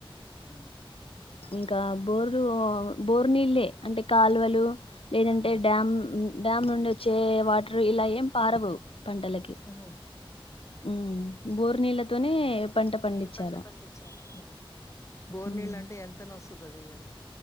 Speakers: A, on the left; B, on the left.
A: ఆ
B: ఇంకా బోరు బోరు నీళ్ళే అంటే కాలువలు లేదంటే
A: హ్మ్.
B: డ్యామ్ డ్యామ్ నుండి వచ్చే వాటర్
A: హ్మ్.
B: ఇలా ఏం పారవు పంటలకి
A: హుహు.
B: ఉ బోరు నీళ్ళతోనే పంట పండించాలా
A: ఏ పంట పండించారా బోర్
B: ఉమ్
A: నీళ్లు అంటే ఎంత అయినా వాస్ అది అద